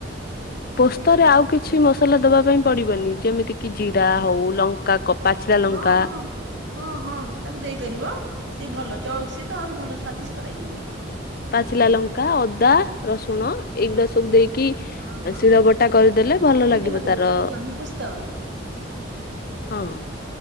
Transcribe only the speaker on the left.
ପୋସ୍ତରେ ଆଉ କିଛି ମସଲା ଦବା ପାଇଁ ପଡିବନି ଯେମିତି କି ଜିରା ହଉ ଲଙ୍କା କ ପାଚିଲା ଲଙ୍କା।
ପାଚିଲା ଲଙ୍କା ଅଦା ରସୁଣ ଏଇଗୁଡା ସବୁ ଦେଇ କି
ଶିଳ ବଟା କରିଦେଲେ
ଭଲ
ଲାଗିବ
ତାର।
ହଁ ହଁ।